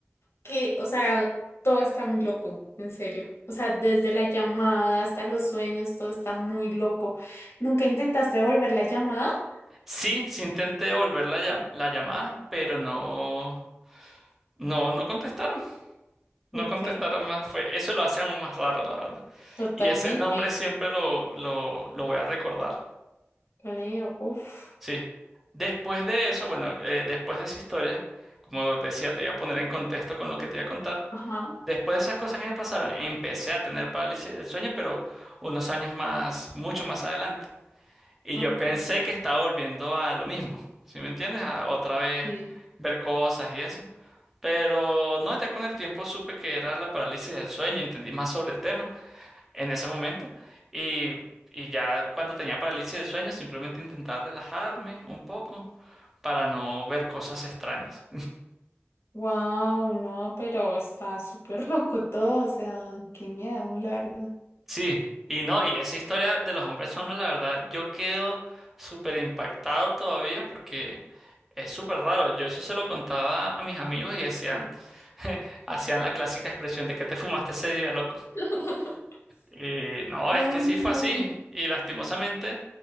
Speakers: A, on the left; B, in the centre.
A: que, o sea, todo está muy loco, en serio. O sea, desde la llamada hasta los sueños, todo está muy loco. ¿Nunca intentaste volver la llamada?
B: Sí, sí intenté devolver la, llam- la llamada, pero no, no, no contestaron. No
A: Ok,
B: contestaron más, fue, eso lo hace aún más raro, la verdad.
A: totalmente.
B: Y ese nombre siempre lo, lo, lo voy a recordar,
A: Leo, uff.
B: sí. Después de eso, bueno, eh, después de esa historia, como decía, te iba a poner en contexto con lo que te iba a contar.
A: Ajá,
B: Después de esas cosas que me pasaron, empecé a tener parálisis del sueño, pero unos años más, mucho más adelante. Y
A: ok.
B: yo pensé que estaba volviendo a lo mismo, ¿sí me entiendes? A otra vez
A: Sí.
B: ver cosas y eso. Pero no, ya con el tiempo supe que era la parálisis del sueño, entendí más sobre el tema. en ese momento. Y, y ya cuando tenía parálisis del sueño, simplemente intentaba relajarme un poco para no ver cosas extrañas.
A: Wow, no, pero está súper loco todo, o sea, qué miedo, la verdad.
B: Sí, y no, y esa historia de los hombres sombra, la verdad, yo quedo súper impactado todavía porque es súper raro. Yo eso se lo contaba a mis amigos y decían, <laughs> hacían la clásica expresión de que te fumaste ese día, loco.
A: <laughs>
B: Y no,
A: No,
B: es que sí
A: no.
B: fue así. Y lastimosamente,